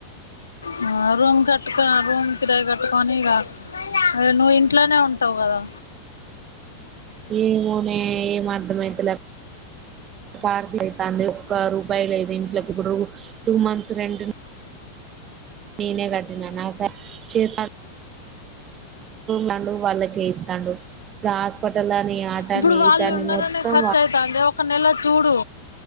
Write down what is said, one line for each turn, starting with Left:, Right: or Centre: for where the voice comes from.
Left: హ రూమ్ కట్టుకో రూమ్ కిరాయి కట్టుకొని ఇగా అ నువ్వు ఇంట్లోనే ఉంటావు కదా
Right: ఏమోనే ఏమర్ధమయితేల ఆకలి అయితాంది ఒక్క రూపాయ లెదు ఇంట్లోకి ఒక రూ టూ మంత్స్ రెంట్ నేనే కట్టినా నా స చేతాండు తాండు వాళ్ళకే ఇత్తాండు ఇప్పుడు హాస్పిటల్ అని ఆట
Left: ఇప్పుడు
Right: అని
Left: వాళ్ళు
Right: ఈట అని
Left: ఉన్నారనే
Right: మొత్తం
Left: ఖర్చు అయితాందే ఒక నెల వ చూడు